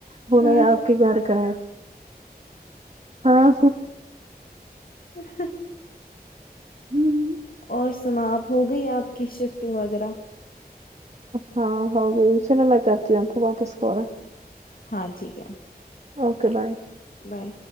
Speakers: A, on the right (about 40°); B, on the left (about 60°).
A: بنا
B: ہوں
A: آپ کے گھر کا ہے ہاں
B: ہ <inaudible>
A: ھم ھم
B: اور سنا اب ہو گئی آپ کی شفٹنگ وغیرہ
A: ہاں ہو گئی سنو میں کرتی ہوں واپس کال
B: ہاں ٹھیک ہے
A: اوکے بائے
B: بائے